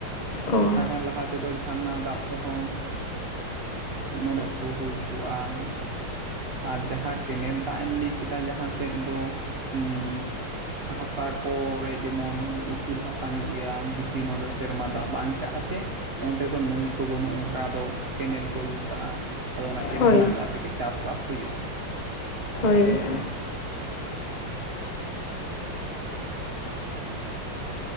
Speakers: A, on the left; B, on the right.
A: ᱚ ᱾
B: <unintelligible> ᱛᱟᱦᱮ ᱞᱟᱦᱟ ᱛᱮᱫᱚ ᱡᱷᱟᱨᱱᱟ ᱫᱟᱜ ᱛᱮᱦᱚᱸ <unintelligible> ᱠᱚ ᱦᱩᱭ ᱠᱚᱜᱼᱟ ᱾ ᱟᱨ ᱡᱟᱦᱟᱸ ᱠᱮᱱᱮᱞ ᱫᱟᱜ ᱮᱢ ᱞᱟᱹᱭ ᱠᱮᱫᱟ ᱡᱟᱦᱟᱸ ᱥᱮᱫ ᱫᱚ ᱩᱸ ᱦᱟᱥᱟ ᱠᱚᱨᱮ ᱡᱮᱢᱚᱱ ᱩᱥᱩᱞ ᱦᱟᱥᱟ ᱧᱚᱜ ᱜᱮᱭᱟ, ᱵᱮᱥᱤ ᱱᱚᱸᱰᱮ ᱥᱮᱨᱢᱟ ᱫᱟᱜ ᱵᱟᱝ ᱪᱟᱜᱼᱟ ᱥᱮ ᱚᱱᱛᱮ ᱫᱚ ᱱᱟᱹᱭ ᱠᱚ ᱵᱟᱹᱱᱩᱜ ᱚᱱᱠᱟ ᱫᱚ ᱠᱮᱱᱮᱞ ᱠᱚ ᱟᱹᱜᱩ ᱠᱟᱜᱼᱟ ᱟᱫᱚ ᱚᱱᱟ ᱠᱮᱱᱮᱞ
A: ᱦᱳᱭ
B: ᱨᱮᱱᱟᱜ ᱫᱟᱜ ᱛᱮᱜᱮ ᱪᱟ ᱥᱵᱟᱥ ᱦᱩᱭᱩᱜᱼᱟ ᱾
A: ᱦᱳᱭ ᱾
B: ᱦᱮᱸ ᱾